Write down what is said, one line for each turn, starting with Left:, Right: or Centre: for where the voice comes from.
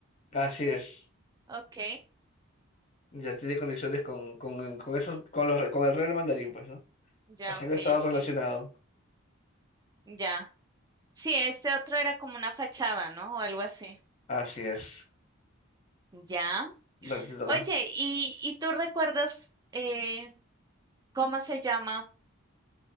Left: así es.
Right: Ok,
Left: Ya tiene conexiones con, con, con esos, con los, con el real mandarín, pues, ¿no?
Right: ya,
Left: así
Right: ok,
Left: que está
Right: ok.
Left: relacionado.
Right: Ya. Sí, este otro era como una fachada, ¿no? O algo así.
Left: Así es.
Right: Ya.
Left: Dale, te toca.
Right: Oye, ¿y, y tú recuerdas eh, cómo se llama